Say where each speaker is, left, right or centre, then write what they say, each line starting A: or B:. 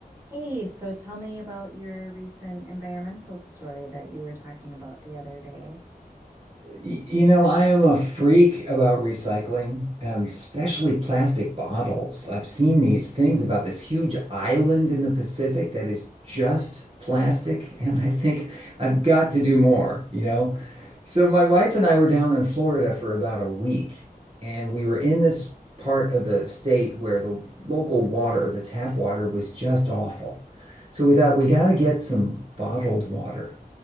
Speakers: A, on the right; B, on the right.
A: Hey, so tell me about your recent environmental story that you were talking about the other day.
B: You know, I am a freak about recycling, um, especially plastic bottles. I've seen these things about this huge island in the Pacific that is just plastic, <laughs> and I think I've got to do more, you know? So my wife and I were down in Florida for about a week, and we were in this part of the state where the local water, the tap water, was just awful. So we thought we got to get some bottled water.